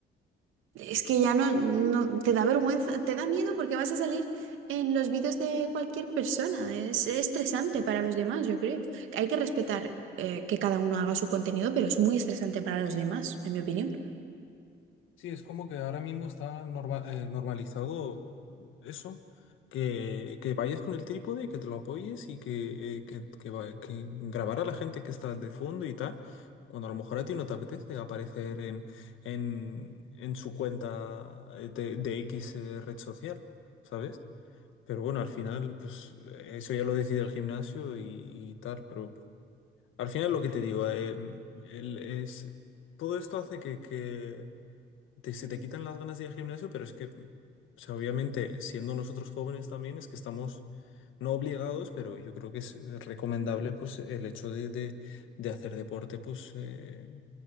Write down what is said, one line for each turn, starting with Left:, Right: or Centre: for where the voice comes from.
Right: Es que ya no, no- te da vergüenza, te da miedo porque vas a salir en los vídeos de cualquier persona. Es estresante para los demás, yo creo. Hay que respetar eh, que cada uno haga su contenido, pero es muy estresante para los demás, en mi opinión.
Left: Sí, es como que ahora mismo está norma- eh, normalizado eso, que, que vayas con el trípode, que te lo apoyes y que, eh, que, que, va- que grabar a la gente que está de fondo y tal, cuando a lo mejor a ti no te apetece aparecer en, en, en su cuenta eh, de, de X eh, red social, ¿sabes? Pero bueno, al final, pues eso ya lo decide el gimnasio y, y tal, pero al final lo que te digo, eh, el- es, todo esto hace que... que te- se te quitan las ganas de ir al gimnasio, pero es que, o sea, obviamente, siendo nosotros jóvenes también, es que estamos no obligados, pero yo creo que es eh, recomendable, pues, el hecho de, de- de hacer deporte, pues, eh,